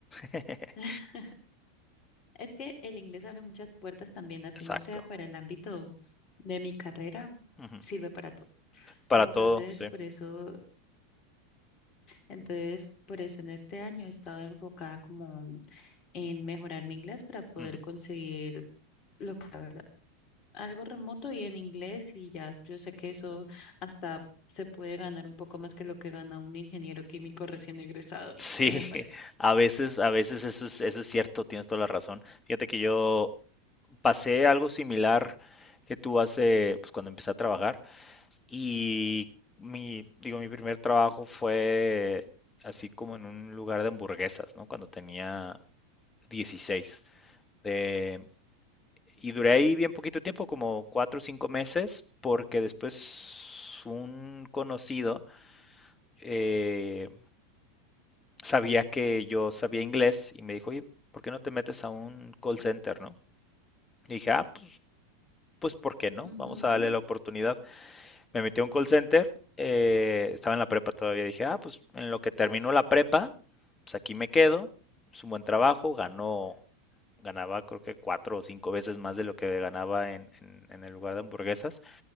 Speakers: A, on the left; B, on the left.
A: <laughs>
B: <laughs> Es que el inglés abre muchas puertas también, así
A: exacto.
B: no sea para el ámbito de mi carrera,
A: Ujú.
B: sirve para todo.
A: Para
B: Entonces,
A: todo, sí.
B: por eso, entonces, por eso en este año he estado enfocada como en mejorar mi inglés para poder
A: Ujú.
B: conseguir lo que algo remoto y en inglés y ya yo sé que eso hasta se puede ganar un poco más que lo que gana un ingeniero químico recién egresado
A: Sí,
B: en
A: <laughs>
B: el país.
A: a veces, a veces eso es, eso es cierto, tienes toda la razón. Fíjate que yo pasé algo similar que tú hace, pues cuando empecé a trabajar y mi, digo, mi primer trabajo fue así como en un lugar de hamburguesas, ¿no? Cuando tenía 16. Eh, y duré ahí bien poquito tiempo, como cuatro o cinco meses, porque después un conocido, eh, sabía que yo sabía inglés y me dijo, oye, ¿por qué no te metes a un call center, no? Y dije, ah, pues, pues, ¿por qué no?
B: Ujú,
A: Vamos a darle la oportunidad. Me metí a un call center, eh, estaba en la prepa todavía, dije, ah, pues en lo que terminó la prepa, pues aquí me quedo, es un buen trabajo, ganó, ganaba creo que cuatro o cinco veces más de lo que ganaba en, en- en el lugar de hamburguesas.